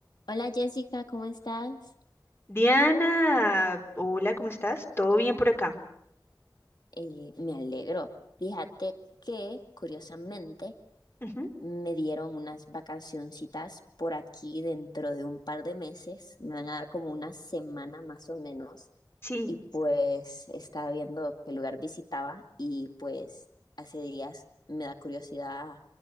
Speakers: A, on the left; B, on the left.
A: Hola Jessica, ¿cómo estás?
B: Diana, hola, ¿cómo estás? ¿Todo bien por acá?
A: Eh, me alegro. Fíjate que, curiosamente,
B: Ujú,
A: me dieron unas vacacioncitas por aquí dentro de un par de meses. Me van a dar como una semana más o menos.
B: Sí.
A: Y pues estaba viendo qué lugar visitaba y pues hace días me da curiosidad